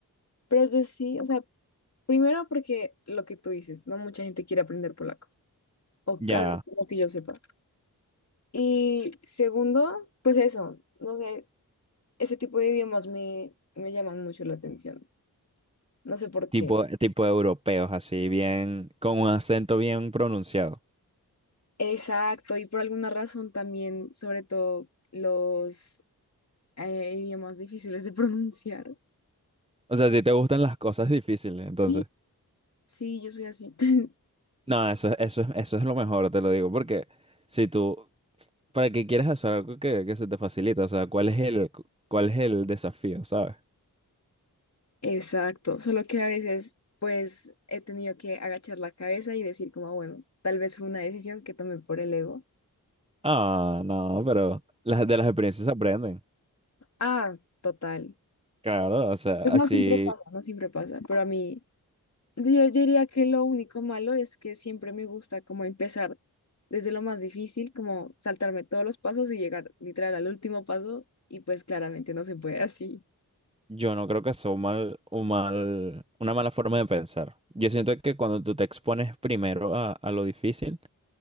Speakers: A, on the left; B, on the right.
A: Pero pues sí, o sea, primero porque lo que tú dices, no mucha gente quiere aprender polaco, o
B: Ya,
A: al menos lo que yo sepa. Y segundo, pues eso, no sé, ese tipo de idiomas me, me llaman mucho la atención, no sé por
B: tipo,
A: qué.
B: tipo europeos, así bien, con un acento bien pronunciado.
A: Exacto, y por alguna razón también, sobre todo los eh, idiomas difíciles de <laughs> pronunciar.
B: O sea, a ti te gustan las cosas difíciles, entonces.
A: Sí, sí, yo soy así. <laughs>
B: No, eso, es eso, es eso es lo mejor, te lo digo, porque si tú ¿Para qué quieres hacer algo que, que se te facilita? O sea, ¿cuál es el, cu- cuál es el desafío, sabes?
A: Exacto, solo que a veces pues he tenido que agachar la cabeza y decir como, bueno, tal vez fue una decisión que tomé por el ego.
B: Ah, no, pero las, de las experiencias se aprenden.
A: Ah, total.
B: Claro, o sea,
A: Pues no
B: así
A: siempre pasa, no siempre pasa, pero a mí yo, yo diría que lo único malo es que siempre me gusta como empezar desde lo más difícil, como saltarme todos los pasos y llegar literal al último paso y pues claramente no se puede así.
B: yo no creo que sea un mal, un mal, una mala forma de pensar. Yo siento que cuando tú te expones primero a, a lo difícil,